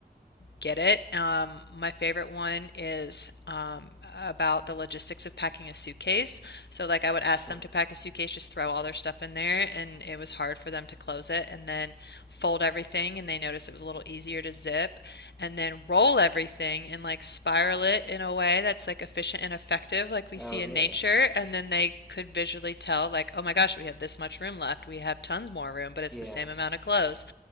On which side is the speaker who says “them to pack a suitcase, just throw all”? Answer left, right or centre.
Left